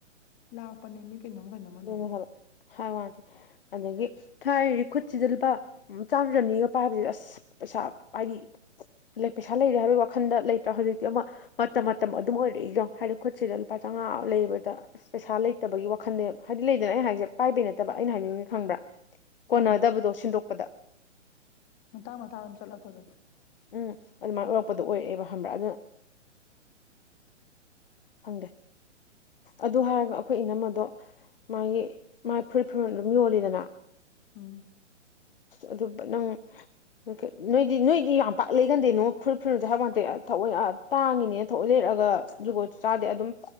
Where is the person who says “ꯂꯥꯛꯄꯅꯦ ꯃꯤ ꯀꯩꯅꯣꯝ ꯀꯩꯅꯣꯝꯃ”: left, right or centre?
Left